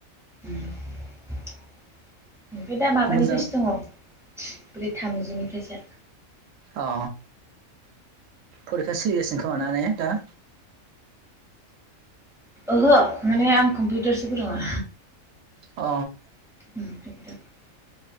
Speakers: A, in the centre; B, on the right (about 75°).
A: ओमफ्राय दा माबानिफ्रायसो
B: मोजां
A: दङ। ब्रै थामजिनिफ्रायसो
B: अ फरिखा सोलिगासिनो खोमा ना ने? दा
A: ओहो। माने आं कम्पिउटारसो फोरोङो।
B: अ
A: <inaudible>